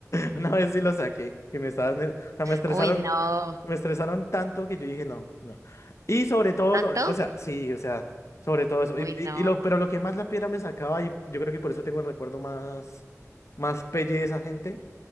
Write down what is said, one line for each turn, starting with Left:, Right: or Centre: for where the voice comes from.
Left: Una vez sí lo saqué, que me estaban, eh, o sea, me estresaron,
Right: Uy, no.
Left: me estresaron tanto que yo dije no, no. Y sobre todo,
Right: ¿Tanto?
Left: lo, o sea, sí, o sea, sobre todo eso.
Right: Uy,
Left: Y, y-
Right: no.
Left: y lo, pero lo que más la piedra me sacaba, y yo creo que por eso tengo el recuerdo más, más pelle de esa gente,